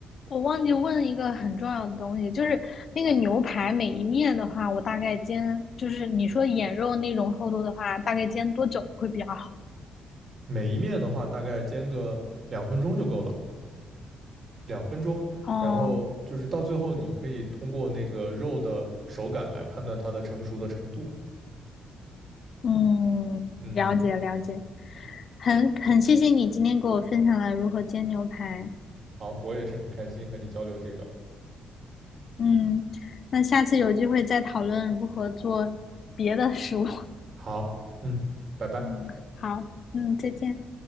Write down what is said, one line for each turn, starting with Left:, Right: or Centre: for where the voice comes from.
Left: 我忘记问一个很重要的东西，就是那个牛排每一面的话，我大概煎，就是你说眼肉那种厚度的话，大概煎多久会比较好？
Right: 每一面的话，大概煎个两分钟就够了。两分钟，
Left: 哦。
Right: 然后就是到最后，你可以通过那个肉的手感来判断它的成熟的程度嘛。
Left: 嗯，
Right: 嗯，
Left: 了解了解，很很谢谢你今天给我分享了如何煎牛排。
Right: 好，我也是很开心和你交流这个。
Left: 嗯，那下次有机会再讨论如何做别的食物。
Right: 好，嗯，
Left: <laughs>
Right: 拜拜。
Left: 嗯，好，嗯，再见。